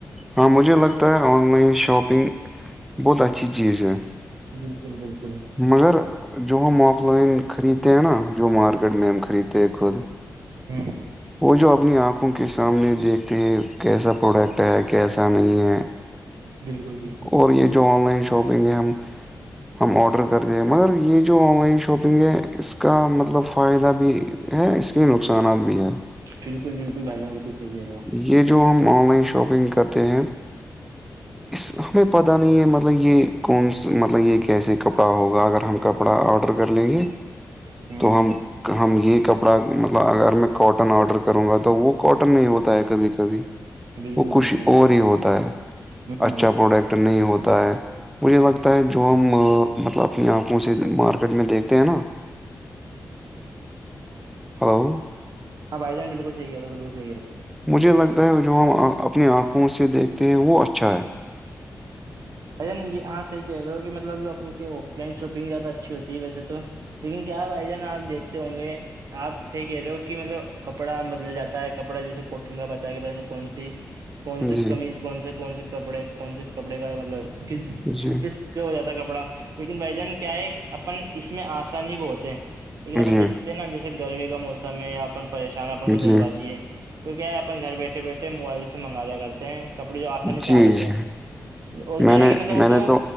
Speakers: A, in the centre; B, on the right.
A: ہاں مجھے لگتا ہے آن لائن شاپنگ بہت اچھی چیز ہے
B: بالکل بالکل
A: مگر جو ہم آف لائن خریدتے ہیں نا جو مارکیٹ میں ہم خریدتے ہیں خود
B: ہوں
A: وہ جو اپنی آنکھوں کے سامنے دیکھتے ہیں کیسا پروڈکٹ ہے کیسا نہیں ہے
B: بالکل بالکل
A: اور یہ جو آن لائن شاپنگ ہے ہم ہم آڈر کر دے ہیں مگر یہ جو آن لائن شاپنگ ہے اس کا مطلب فائدہ بھی ہاں اس کے نقصانات بھی ہے
B: بالکل بالکل بھان بالکل صحی ہے رہا
A: یہ جو ہم آن لائن شاپنگ کرتے ہیں اس ہمیں پتہ نہیں ہے مطلب یہ کونا مطلب یہ کیسے کپڑا ہوگا اگر ہم ک کپڑا آڈر کر لیں گے
B: ہوں
A: تو ہم ہم یہ کپڑا مطلب اگر میں کاٹن آڈر کروں گا تو وہ کاٹن نہیں ہوتا ہے کبھی کبھی
B: بالکل
A: وہ کچھ
B: بالکل
A: اور ہی ہوتا ہے
B: ہوں
A: اچھا پروڈکٹ نہیں ہوتا ہے مجھے لگتا ہے جو ہم مطلب اپنی آنکھوں سے مارکیٹ میں دیکھتے ہیں نا ہلو
B: ہ بائی جان بالکل صحیح کہ رہے ہو بالکل صحیح کہ رہے ہو
A: مجھے لگتا ہے جو ہم اپنی آنکھوں سے دیکھتے ہیں وہ اچھا ہے
B: بھی جان آپ صحیح کہ رہے ہو کہ مطلب جو اپ کے آف لائن شاپنگ زیادہ اچھی ہوتی ہے ویسے تو لیکن کیا ہے بھائی جان آپ دیکھتے ہوں گے آپ ص کہہ رہے ہو کہ مطلب کپڑا بدل جاتا ہے کپڑا جیسے کوٹن کا بتایا گ پ کون سی کون سے
A: جی
B: کمیز کون سے کون سے کپڑے کون سے کپڑے کا مطلب کس
A: جی
B: کس ہو جاتا کپڑا لیکن بھ جان کیا ہے اپن اس میں آسانی بھی ہوتے ہیں لیکن
A: جی
B: اپن دیکھ نا جیسے گرمی کا موسم ہے یا اپن پریشان اپن کو جلد
A: جی
B: بازی ہے تو کیا ہے اپن گھر بیٹھے بیٹھے موبائل سے منگایا کرتے ہیں کپڑے جو آسانی سے
A: جی
B: آ جاتے
A: جی
B: ہیں اور
A: میں
B: کیا
A: نے
B: ہے کہ مطلب وہ
A: میں نے
B: تو